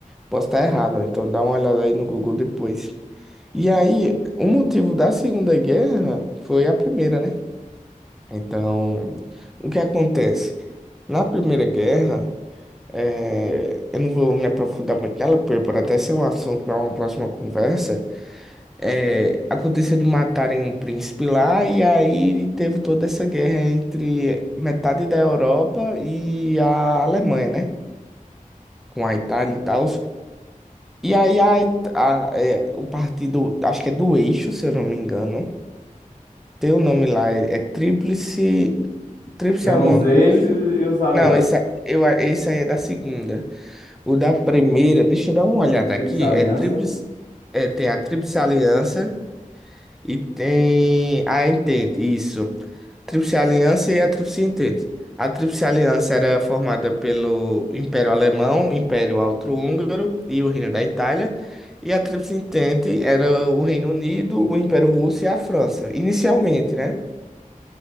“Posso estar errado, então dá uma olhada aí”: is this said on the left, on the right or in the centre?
Centre